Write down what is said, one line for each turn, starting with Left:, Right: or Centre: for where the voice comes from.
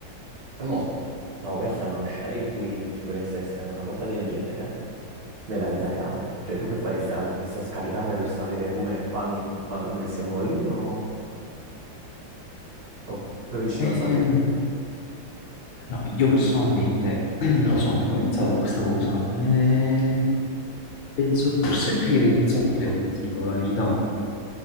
Right: E mo stavo pensando a uno scenario in cui ci potesse essere una cosa del genere nella vita reale. Cioè, tu che faresti? Andresti a scaricare per sapere come, quando, quando andresti a morire o, o preferisci
Left: Ehm,
Right: non sapere?
Left: no, io personalmente <clears throat> non lo so, non ci ho mai pensato a questa cosa. Eh, penso che forse preferirei non sapere, ti dico la verità.